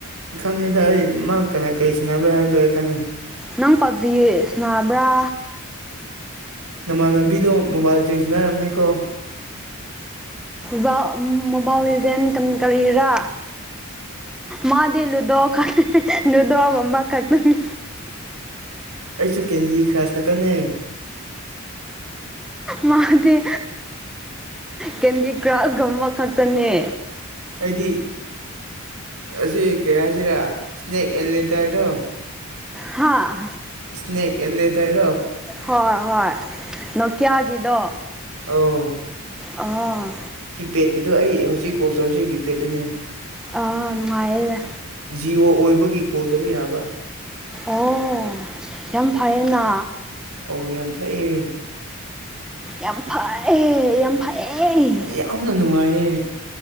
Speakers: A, on the right; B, in the centre.
A: ꯈꯪꯉꯦꯗ ꯑꯩ ꯃꯥ ꯀꯅꯥ ꯀꯩ ꯁꯥꯟꯅꯕ꯭ꯔꯥ ꯍꯥꯏꯕꯗꯣ ꯑꯩ ꯈꯪꯉꯦ
B: ꯅꯪ ꯄꯞꯖꯤ ꯁꯥꯟꯅꯕ꯭ꯔꯥ
A: ꯅꯃꯥꯟꯅꯕꯤꯗꯣ ꯃꯣꯕꯥꯏꯜ ꯂꯤꯖꯦꯟ ꯁꯥꯟꯅꯔꯝꯅꯤ ꯀꯣ
B: ꯖ ꯃꯣꯕꯥꯏꯜ ꯂꯤꯖꯦꯟ ꯀꯔꯤꯔꯥ ꯃꯥꯗꯤ ꯂꯨꯗꯣ ꯒꯛ ꯂꯨꯗꯣꯒꯨꯕ ꯒꯛꯇꯅꯦ
A: ꯑꯩꯁꯨ ꯀꯦꯟꯗꯤ ꯀ꯭ꯔꯁ ꯈꯛꯇꯅꯦ
B: ꯃꯥꯗꯤ ꯀꯦꯟꯗꯤ ꯀ꯭ꯔꯁꯒꯨꯝꯕ ꯈꯛꯇꯅꯦ
A: ꯑꯩꯗꯤ ꯑꯁꯤ ꯀꯩ ꯍꯥꯏꯁꯤꯔꯥ ꯁꯅꯦꯛ ꯑꯦꯟ ꯂꯦꯗꯔꯗꯣ
B: ꯍꯥꯥ
A: ꯁꯅꯦꯛ ꯑꯦ ꯂꯦꯗꯔꯔꯣ
B: ꯍꯣꯏ ꯍꯣꯏ ꯅꯣꯀꯤꯌꯥꯒꯤꯗꯣ
A: ꯑꯧ
B: ꯑꯥ
A: ꯀꯤꯄꯦꯗꯀꯤꯗꯣ ꯑꯩ ꯍꯧꯖꯤꯛ ꯀꯣꯜ ꯇꯧꯔꯤꯁꯤ ꯀꯤꯄꯦꯗ ꯇꯅꯦ
B: ꯑꯥ ꯅꯨꯡꯉꯥꯥꯏꯔꯦꯅꯦ
A: ꯖꯤꯌꯣ ꯑꯣꯏꯕꯒꯤ ꯀꯣꯜ ꯇꯧꯕ ꯌꯥꯕ
B: ꯑꯣ ꯌꯥꯝ ꯐꯩꯌꯦꯅ
A: ꯑꯧ ꯌꯥꯝ ꯐꯩꯌꯦ
B: ꯌꯥꯝ ꯐꯩꯌꯦ ꯌꯥꯝ ꯐꯩꯌꯦ
A: ꯌꯥꯝꯅ ꯅꯨꯡꯉꯥꯏꯌꯦ